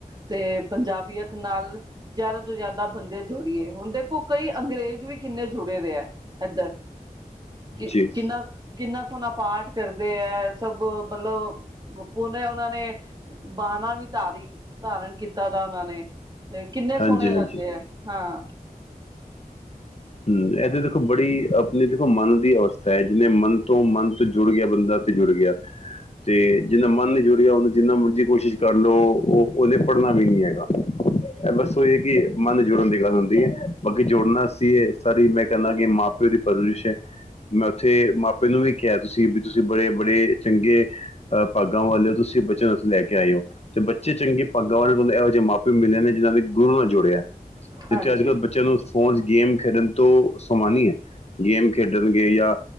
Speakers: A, on the right; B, on the left.
A: ਤੇ ਪੰਜਾਬੀਅਤ ਦੇ ਨਾਲ ਜ਼ਿਆਦਾ ਤੋਂ ਜ਼ਿਆਦਾ ਬੰਦੇ ਜੁੜੀਏ ਹੁਣ ਦੇਖੋ ਕਈ ਅੰਗਰੇਜ਼ ਵੀ ਕਿੰਨੇ ਜੁੜੇ ਰ ਹੈ ਏਧਰ। ਕਿ
B: ਜੀ
A: ਕਿੰਨਾ-ਕਿੰਨਾ। ਣਾ ਪਾਠ ਕਰਦੇ ਹੈ। ਸਭ ਮਤਲਬ ਪੁੂਨੇ ਉਹਨਾਂ ਨੇ ਬਾਹਣਾ ਵੀ ਧਾਰੀ ਧਾਰਨ ਕੀਤਾ ਤਾ ਉਹਨਾਂ ਨੇ। ਤੇ ਕਿੰਨੇ
B: ਹਾਂਜੀ
A: ਸੋਹਣੇ ਲੱਗਦੇ
B: ਹਾਂਜੀ
A: ਆ ਹਾਂ।
B: ਹ ਇਹਦੇ ਦੇਖੋ ਬੜੀ ਆਪਣੀ ਦੇਖੋ ਮਨ ਦੀ ਅਵਸਥਾ ਹੈ ਜਿੰਨੇ ਮਨ ਤੋਂ ਮਨ ਤੋਂ ਜੁੜ ਗਿਆ ਬੰਦਾ ਤੇ ਜੁੜ ਗਿਆ ਤੇ ਜਿੰਨਾ ਮਨ ਜੁੜ ਗਿਆ ਉਹਨੂੰ ਜਿੰਨਾ ਮਰਜ਼ੀ ਕੋਸ਼ਿਸ਼ ਕਰ ਤਲ ਉਹ ਉਹਨੇ ਪੜ੍ਹਨਾ ਵੀ ਨੀ ਹੈਗਾ ਇਹ ਬਸ ਉਹੀ ਹੈ ਕਿ ਮਨ ਜੁੜਨ ਦੇ <inaudible> ਅੱਗੇ ਜੋੜਨਾ ਅਸੀਂ ਮੈਂ ਕਹਿੰਦਾ ਕਿ ਮਾਂ ਪਿਓ ਦੀ ਪਰਵਰਿਸ਼ ਹੈ ਮੈਂ ਉੱਥੇ ਮਾਪੇ ਨੂੰ ਵੀ ਕਿਹਾ ਤੁਸੀਂ ਵੀ ਤੁਸੀਂ ਬੜੇ ਬੜੇ ਚੰਗੇ ਭਾਗਾਂ ਵਾਲਿ ਹੋ ਤੁਸੀਂ ਬੱਚ ਨੂੰੱਸੀਂ ਲੈ ਕੇ ਆਏ ਹੋ ਤੇ ਬੱਚੇ ਚੰਗੇ ਭਾਗਾਂ ਵਾਲੇ ਤੁਹਾਨੂੰ ਇਹੋ ਜਿਹੇ ਮਾਪੇ ਮਿਲੇ ਨੇ ਜਿਹਨਾਂ ਦੇ ਗੁਰੂ ਨਾਲ ਜੁੜਿਆ
A: ਹਾਂਜੀ
B: ਜਿੱਥੇ ਅੱਜ ਕੱਲ੍ਹ ਬੱਚਿਆਂ ਨੂੰ ਫੋਨ ਗੇਮ ਖੇਡਣ ਤੋ ਸਮਾਨ ਹੈ ਗੇਮ ਖੇਡਣਗੇ ਜਾਂ